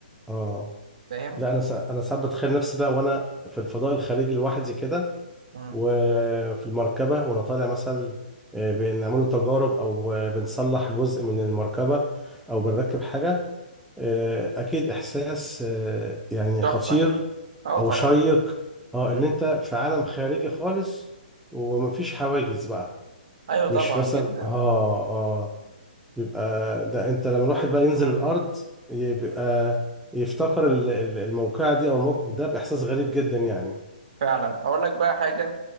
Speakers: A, in the centre; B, on the right.
A: اه
B: فاهم
A: لا انا سا... انا ساعات بتخيل نفسي بقى وانا في الفضاء الخارجي لوحدي كده
B: مم.
A: وفي المركبه وانا طالع مثلا آه، بنعمله تجارب او آه، بنصلح جزء من المركبه او بنركب
B: مم.
A: حاجه آه، اكيد احساس آه، يعني
B: تحفه
A: خطير
B: اه
A: او
B: طبعا
A: شيق اه
B: مم.
A: ان انت في عالم خارجي خالص ومفيش حواجز بقى
B: ايوه طبعا
A: مش مثلا
B: جدا
A: اه آه. بيبقى ده انت لما الواحد بقى ينزل
B: مم.
A: الارض ي- بيبقى يفتكر ال- ال- الموقعة دي او الموقف ده باحساس غريب جدا يعني
B: فعلا اقول لك بقى حاجه